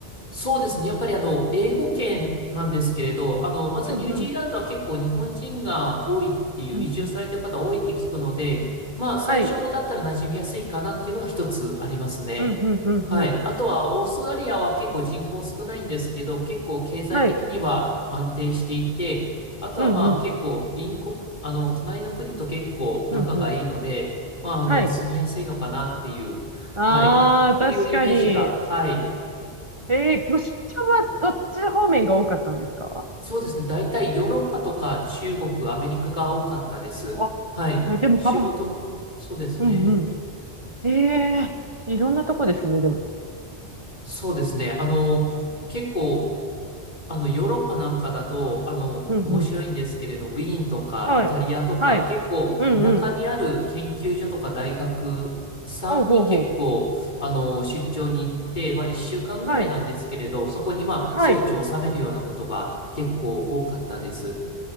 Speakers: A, on the left; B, on the right.
A: そうですね。やっぱりあの、英語圏なんですけれど、あの、まずニュージーランドは結構日本人が多いっていう、
B: うんうん、うんうん。
A: 移住されてる方多いって聞くので、まあ、
B: はい。
A: 最初だったら馴染みやすいかなっていうのが一つありますね。
B: うんうん、うんうん。
A: はい。あとは、オーストラリアは結構人口少ないんですけど、結構経済的には安定していて、
B: はい。
A: あとはまあ結構隣国、
B: うんうん、
A: あの、隣の国と結構仲がいいので、
B: うんうん。
A: まあ、あの、
B: はい。
A: 住みやすいのかなっていう、
B: ああ、
A: はい、
B: 確かに。
A: いうイメージが、はい。
B: えー、ご出張はどっち方面が多かったんですか
A: そうですね。大体ヨーロッパとか中国、アメリカが多かったです。
B: あ、
A: はい。
B: えでもサバン。
A: 仕事の、そうですね。
B: うんうん。ええーいろんなとこですね、でも。
A: そうですね。あの、結構、あの、ヨーロッパなんかだと、あの、
B: うんうん。
A: 面白いんですけれど、ウィーンとかイタリアとか、
B: はい。はい。
A: 結構、
B: うんうん。
A: 田舎にある研究所とか大学さんに結構、
B: ほうほうほ
A: あの、出張に行って、まあ、一週間ぐらいなんですけれど、
B: う。はい。
A: そこに、まあ、
B: はい。
A: 装置を収めるようなことが結構多かったです。